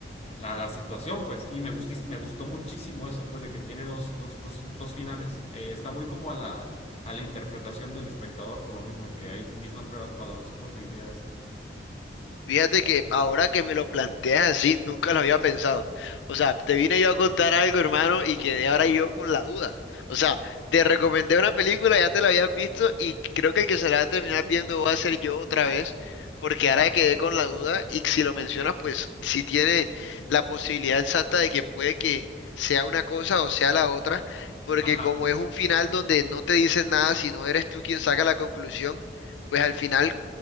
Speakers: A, on the left; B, on the left.
A: la, la situación, pues. Y me gustó, me gustó muchísimo eso, pues, de que tiene dos, dos, dos, dos finales. Eh, está muy como a la, a la interpretación del espectador, por lo mismo de que hay mismas pruebas para las dos posibilidades.
B: Fíjate que ahora que me lo planteas así, nunca lo había pensado. O sea, te vine yo a contar algo, hermano, y quedé ahora yo con la duda. O sea, te recomendé una película, ya te la habías visto, y creo que el que se la va a terminar viendo va a ser yo otra vez, porque ahora quedé con la duda, y si lo mencionas, pues si tiene la posibilidad exacta de que puede que sea una cosa o sea la otra, porque
A: Ajá.
B: como es un final donde no te dicen nada, sino eres tú quien saca la conclusión, pues al final